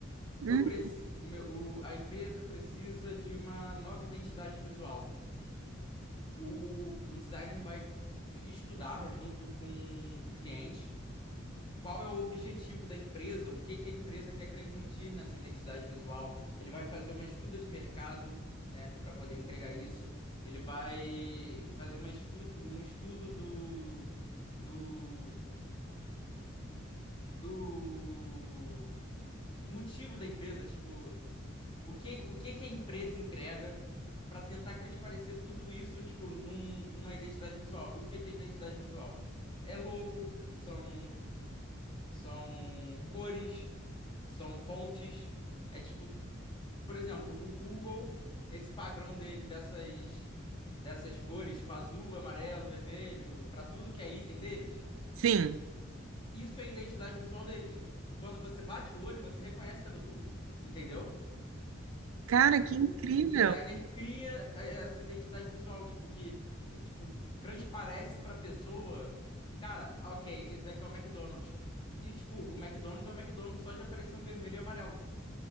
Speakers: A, on the left; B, on the right.
A: Eu
B: Hum,
A: preci, o meu- o- a empresa precisa de uma nova identidade visual. O, o designer vai estudar junto com o cliente qual é o objetivo da empresa? O que que a empresa quer transmitir nessa identidade visual? Ele vai fazer uma estuda de mercado, né, para poder entregar isso. Ele vai fazer uma estudo, um estudo do, do, do motivo da empresa, tipo, o que, o que que a empresa entrega para tentar transparecer tudo isso, tipo, num- numa identidade visual. E o que que é identidade visual? É logo, são são cores, são fontes. É tipo, por exemplo, o Google, esse padrão dele dessas dessas cores, tipo azul, amarelo, vermelho, para tudo que é item deles,
B: Sim.
A: isso é a identidade visual deles. Quando você bate o olho, você reconhece que é do Google, entendeu?
B: Cara,
A: a-
B: que
A: o,
B: incrível!
A: o, o designer cria eh, essa identidade visual, tipo, que eh, tipo, f- transparece pra pessoa, cara, ok, esse daqui é o McDonald's. E, tipo, o McDonald's é o McDonald's só de aparecer um vermelho e amarelo,